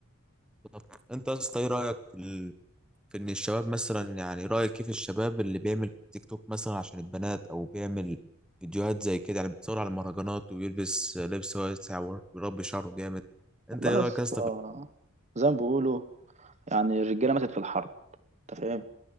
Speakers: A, in the centre; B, on the right (about 30°).
A: بالظبط انت يا اسطى ايه رأيك في ال... في ان الشباب مثلا يعني رأيك كيف الشباب اللي بيعمل تيك توك مثلا عشان البنات او بيعمل فيديوهات زي كده يعني بتصور على المهرجانات ويلبس لبس واسع ويربي شعره جامد انت
B: والله
A: ايه
B: يا
A: رأيك
B: اسطى
A: يا اسطى في
B: زي ما بيقولوا يعني الرجالة ماتت في الحرب انت فاهم